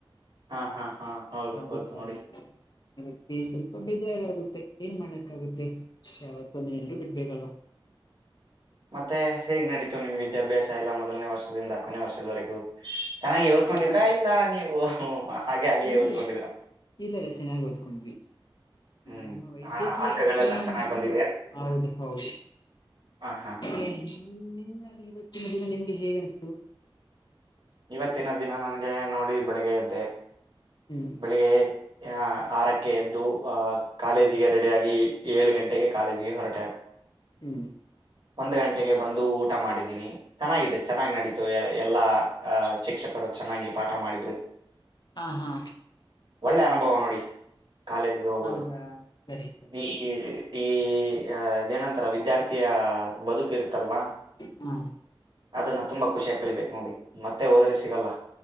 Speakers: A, on the right; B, on the left.
A: ಹಾ ಹಾ ಹಾ ಹೌದು
B: ಹಾಗದುಾಗಿ
A: ಹೌದು ನೋಡಿ
B: <unintelligible> ಅದಕ್ಕೆ ಸ್ವಲ್ಪ ಬೇಜಾರ ಆಗುತ್ತೆ ಏನ್ ಮಾಡಕ್ಕಾಗುತ್ತೆ ಯಾವತ್ತೊಂದ ಎಲ್ರೂ ಬಿಡ್ಬೇಕಲ್ವಾ.
A: ಮತ್ತೆ ಹೇಗ್ ನಡೀತು ನಿಮ್ ವಿದ್ಯಾಭ್ಯಾಸ ಎಲ್ಲ ಮೊದಲನೇ ವರ್ಷದಿಂದ ಕೊನೇ ವರ್ಷದವರೆಗೂ. - ಚೆನ್ನಾಗಿ ಓದ್ಕೊಂಡಿದ್ರಾ
B: ಚೆನ್ನಾಗಿ
A: ಇಲ್ಲ ನೀವು ಹಾಗೆ ಹಾಗೆ
B: ಇಲ್ಲ
A: ಓದ್ಕೊಂಡಿದ್ರ,.
B: ಇಲ್ಲ- ಇಲ್ಲ ಚೆನ್ನಾಗಿ ಓದ್ಕೊಂಡ್ವಿ.
A: ಹ್ಮ್
B: ನಮ್ಮ ವೈದ್ಯಕೀಯ
A: ಹ ಅಂಕಗಳೆಲ್ಲ
B: ಶಿಕ್ಷಣ ಅಂದ್ರೇನೆ
A: ಚೆನ್ನಾಗ್ ಬಂದಿದೆ
B: ಹೌದು- ಹೌದು
A: ಹಾ, ಹಾ, ಹಾ, ಹಾ
B: ನಿ <unintelligible> ನಿಮ್ಮಲ್ಲಿ ಇವತ್ತಿನ ದಿನ ನಿಮ್ಗೆ ಹೇಗೆ ಅನಸ್ತು
A: ಇವತ್ತಿನ ದಿನ ನನ್ಗೆ ನೋಡಿ ಬೆಳಿಗ್ಗೆ ಎದ್ದೆ-
B: ಹ್ಮ್,
A: ಬೆಳಿಗ್ಗೆ ಆ ಆರಕ್ಕೆ ಎದ್ದು ಆಹ್ ಕಾಲೇಜಿಗೆ
B: ಹ್ಮ್
A: ರೆಡಿಯಾಗಿ. ಏಳು ಗಂಟೆಗೆ ಕಾಲೇಜಿಗೆ ಹೊರಟೆ. ತ್ತ <inaudible>
B: ಹ್ಮ್
A: ಒಂದ್ ಗಂಟೆಗೆ ಬಂದು ಊಟ ಮಾಡಿದ್ದೀನಿ. ಚೆನ್ನಾಗಿದೆ ಚೆನ್ನಾಗಿ ನಡೀತು ಎಲ್ಲಾ ಆ ಶಿಕ್ಷಕರು ಚೆನ್ನಾಗಿ ಪಾಠ ಮಾಡಿದ್ರು.
B: ಹಾ, ಹಾ
A: ಒಳ್ಳೆ ಅನುಭವ ನೋಡಿ ಕಾಲೇಜ್ಗೆ ಹೋಗೋದು.
B: ಹೌದಾ ಸರಿ ಸರಿ
A: ನೀ ಈ ಈ ಅದೇನಂತರೆ ವಿದ್ಯಾರ್ಥಿಯ... ಬದುಕ ಇರ್ ತಲ್ವಾ
B: ಹಾ
A: ಅದನ್ನ ತುಂಬಾ ಖುಷಿಯಗ್ ಕಲಿಬೇಕು ನೋಡಿ ಮತ್ತೆ ಹೋದರೆ ಸಿಗಲ್ಲ